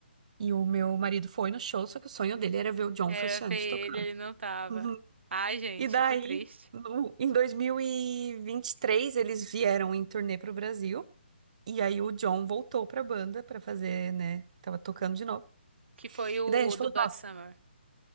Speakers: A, on the right; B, on the right.
A: E o meu marido foi no show, só que o sonho dele era ver o John
B: Era
A: Frusciante
B: ver
A: tocando.
B: ele, ele não tava.
A: Uhum.
B: Ai, gente,
A: E daí,
B: que triste.
A: no- em 2023, eles vieram em turnê pro Brasil. E aí o John voltou pra banda pra fazer, né? Tava tocando de novo.
B: Que foi o
A: E daí a gente
B: do
A: falou,
B: Black
A: nossa,
B: Summer.